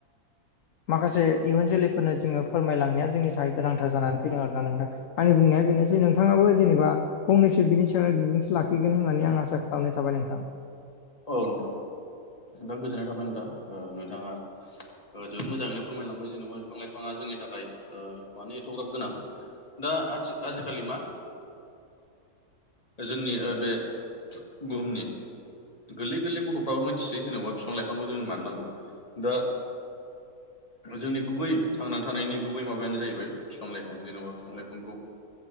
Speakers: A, on the left (about 65°); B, on the left (about 25°).
A: माखासे इयुन जोलै फोरनो जोङो फोरमायलांनाया जोंनि थाखाय गोनांथार जानानै फैदों आरोना नोंथां आंनि बुंनाया बेनोसै नोंथाङाबो जेनेबा फंनैसो बिनि सायाव बिबुंथि लाखिगोन होननानै आं आसा खालामनाय थाबाय नोंथां
B: औ नोंथां दा गोजोननाय थाबाय नोंथां नोंथाङा जोबो मोजाङैनो फोरमायलांबाय जेनेबा बिफां लाइफाङा जोंनि थाखाय मानो एथग्राब गोनां दा आथि आजिखालि मा जोंनि ओ बे बुहुमनि गोरलै गोरलै गथ'फ्राबो मिन्थिसै जेनेबा बिफां लाइफांखौ जों मानो नांगौ दा
A: <inaudible>
B: जोंनि गुबै थांनानै थानायनि गुबै माबायानो जाहैबाय बिफां लाइफां जेन'बा बिफां लाइफांखौ